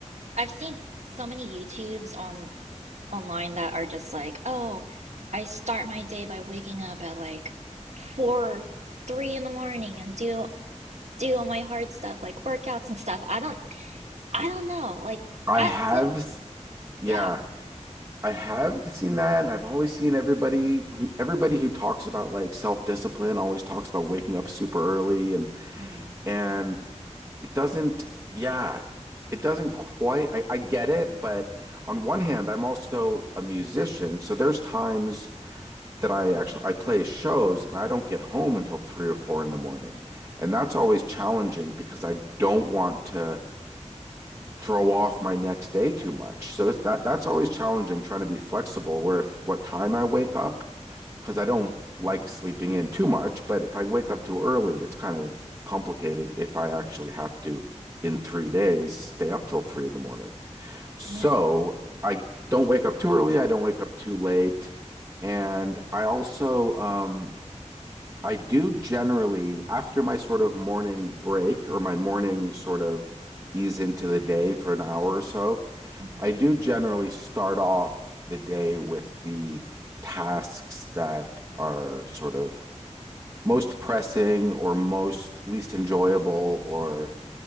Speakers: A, on the right; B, on the right.
A: I've seen so many YouTubes on online that are just like, "Oh, I start my day by waking up at like four or three in the morning and do do all my hard stuff like workouts and stuff." I don't, I don't know, like
B: I
A: that
B: have,
A: type of
B: s-
A: yeah,
B: yeah, I have seen that, and I've always seen everybody who everybody who talks about like self-discipline always talks about waking up super early and
A: mm,
B: and it doesn't yeah it doesn't quite I, I get it but on one hand i'm also a musician so there's times that i actually i play shows and i don't get home
A: mm,
B: until three or four in the morning and that's always challenging because i don't want to throw off my next day too much so it's that that's always challenging trying to be flexible where if what time i wake up because I don't like sleeping in too much, but if I wake
A: mm,
B: up too early, it's kind of complicated if I actually have to, in three days, stay up till three in the morning. So
A: yeah,
B: I don't wake up too early, I don't wake up too late. And I also, um, I do generally, after my sort of morning break or my morning sort of ease into the day for an hour or so,
A: mm,
B: I do generally start off the day with the tasks that are sort of most pressing or most least enjoyable or